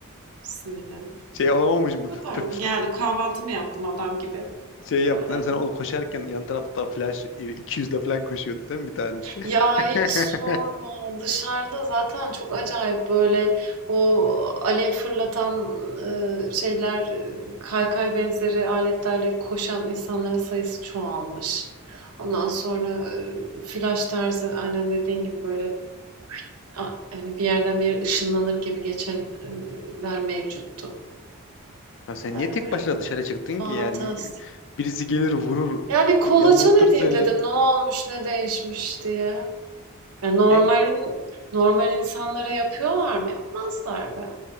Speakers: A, on the right; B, on the left.
A: sinirlenip.
B: Şey olamamış bu.
A: Bu kadar. Geldim
B: <laughs>
A: kahvaltımı yaptım adam gibi.
B: Şey yaptın
A: Böyle
B: değil mi? Sen onu koşarken yan tarafta flash 200'de falan koşuyordu değil mi bir tanesi?
A: Ya hiç
B: <laughs>
A: sorma. Dışarıda zaten çok acayip böyle o alev fırlatan e, şeyler, e, kaykay benzeri aletlerle koşan insanların sayısı çoğalmış. Ondan sonra e, flash tarzı aynen dediğin gibi böyle a- hani bir yerden bir yere ışınlanır gibi geçenler mevcuttu.
B: Ya sen
A: Yani
B: niye tek
A: öyle
B: başına dışarı çıktın
A: fantastik.
B: ki yani? Birisi gelir vurur,
A: Ya bir kolaçan
B: yamultur seni.
A: edeyim dedim. Ne olmuş, ne değişmiş diye. Ya normalin
B: E,
A: normal insanlara yapıyorlar mı? Yapmazlar be.